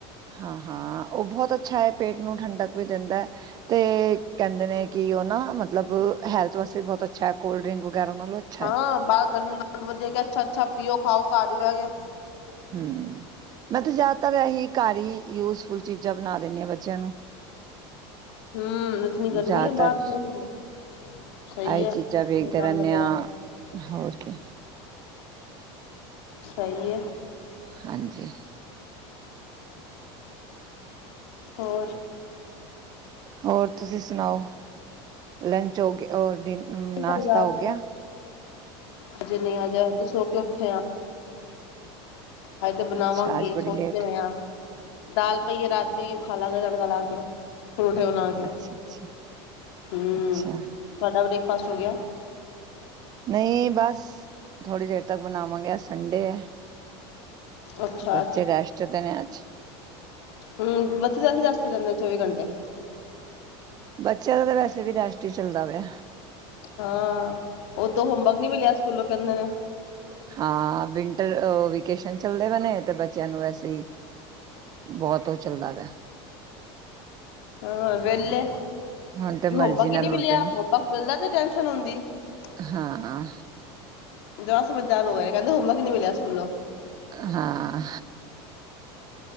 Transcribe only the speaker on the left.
ਹਾਂ
ਨਾ ਗਰਮੀ ਬਹੁਤ ਵਧੀਆ ਕਿ ਅੱਛਾ ਅੱਛਾ ਪੀਓ। ਖਾਓ ਘਰ ਹੀ ਬਹਿ ਗਿਆ
ਹਮ ਉਤਨੀ ਗਰਮੀ
ਹੈ ਬਾਹਰ, ਕੌਣ ਹੀ ਗਿਆ, ਸਹੀ
ਹੈ
ਸਹੀ ਕੰਮ
ਲੱਗਾ
ਸਹੀ ਹੈ।
ਹੋਰ।
ਹੈ ਬਾਜ਼ਾਰ
ਹਜੇ ਨਹੀਂ ਹਜੇ ਤੇ ਸੋ ਕੇ ਉੱਠੇ ਆ। ਹਜੇ ਤੇ ਬਣਾਵਾਂਗੇ
ਸੋਚਦੇ
ਪਏ ਆ। ਦਾਲ ਪਈ ਏ ਰਾਤ ਦੀ, ਓਹ ਖਾ ਲਾਗੇ ਤੜਕਾ ਲਾ ਕੇ। ਪਰੌਠੇ ਬਣਾ ਕੇ,
ਹਮ
ਸਾਡਾ ਵੀ ਦੇਖ ਪਾਸ ਹੋ ਗਿਆ।
ਅੱਛਾ
ਹਮ ਬੱਚੇ ਤਾਂ ਰਹਿੰਦੇ ਹੀ ਰੇਸਟ ਤੇ ਨੇ ਚੌਵੀ ਘੰਟੇ।
ਹਾਂ ਉਤੋਂ ਹੋਮਵਰਕ ਨਹੀਂ ਮਿਲਿਆ ਸਕੂਲੋਂ ਕਹਿੰਦੇ ਨੇ।
ਹ ਵਿਹਲੇ,
ਹੋਮਵਰਕ
ਹੀ ਨਹੀਂ ਮਿਲਿਆ,
ਹੋਮਵਰਕ ਮਿਲਦਾ ਤੇ ਟੈਂਸ਼ਨ ਹੁੰਦੀ ਹੈ।
ਜਾਦਾ ਸਮਝਦਾਰ ਹੋ ਗਏ ਕਹਿੰਦੇ ਹੋਮਵਰਕ ਹੀ ਨਹੀਂ ਮਿਲਿਆ ਸਕੂਲੋਂ।